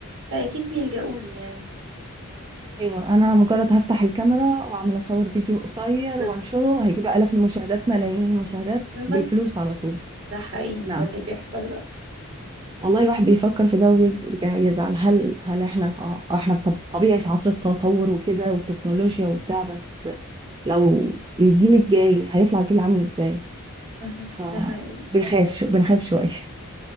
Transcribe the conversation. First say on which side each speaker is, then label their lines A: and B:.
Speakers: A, on the right (about 55°); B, on the right (about 20°).
A: فاكيد بيلجأوا له يعني
B: ايوه انا مجرد هفتح الكاميرا واعمل اصور فيديو قصير
A: بس
B: وانشره هيجيب الاف المشاهدات ملايين المشاهدات بالفلوس
A: بس
B: على طول
A: ده حقيقي
B: نعم
A: ده اللي بيحصل للاسف
B: والله الواحد بيفكر في ده وبيرجع يزعل هل هل احنا اه احنا طب- طبيعي في عصر التطور وكده والتكنولوجيا وبتاع بس لو الجيل الجاي هيطلع جيل عامل ازاي
A: مهم.
B: فبيخاف
A: ده حقيقي
B: شو بنخاف شوية